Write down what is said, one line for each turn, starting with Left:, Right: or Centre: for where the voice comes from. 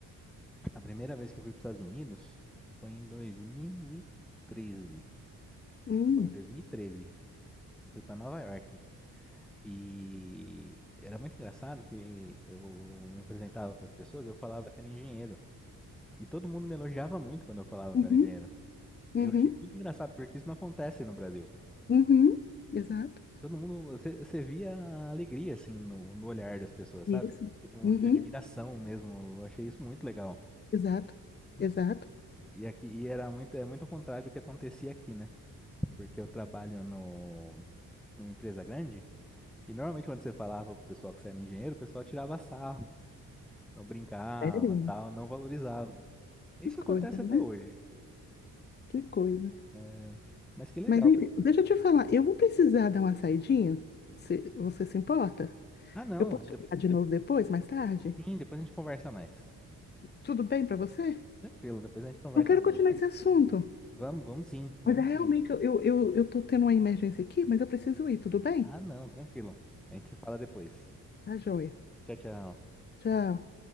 Centre: a primeira vez que eu fui para os Estados Unidos foi em 2013.
Left: Hum,
Centre: Foi em 2013. Eu fui para Nova York. E era muito engraçado que eu me apresentava para as pessoas, eu falava que era engenheiro. E todo mundo me elogiava muito quando eu falava
Left: uhum,
Centre: que era engenheiro.
Left: uhum,
Centre: E eu achei muito engraçado, porque isso não acontece no Brasil.
Left: uhum, exato.
Centre: E todo mundo, você você via a alegria, assim, no, no olhar das pessoas,
Left: Isso.
Centre: sabe? Tipo, um
Left: Uhum,
Centre: de admiração mesmo. Eu achei isso muito legal.
Left: exato, exato.
Centre: E aqui, e era muito, é muito ao contrário do que acontecia aqui, né? Porque eu trabalho no, numa empresa grande, e normalmente quando você falava pro pessoal que você era engenheiro, o pessoal tirava sarro, não brincava,
Left: Sério?
Centre: tal, não valorizava. Isso
Left: Que coisa,
Centre: acontece
Left: né?
Centre: até hoje.
Left: Que coisa.
Centre: né? Mas que legal.
Left: Mas enfim, deixa eu te falar, eu vou precisar dar uma saidinha, se você se importa?
Centre: Ah, não.
Left: Eu posso
Centre: de-
Left: ligar de novo depois, mais tarde?
Centre: Sim, depois a gente conversa mais.
Left: Tudo bem pra você?
Centre: Tranquilo, depois a gente conversa
Left: Eu quero
Centre: mais.
Left: continuar esse assunto,
Centre: Vamos, vamos sim, vamos
Left: mas é realmente
Centre: sim.
Left: eu, eu, eu, eu tô tendo uma emergência aqui, mas eu preciso ir, tudo bem?
Centre: Ah, não, tranquilo. A gente se fala depois.
Left: Tá joia.
Centre: Tchau, tchau.
Left: Tchau.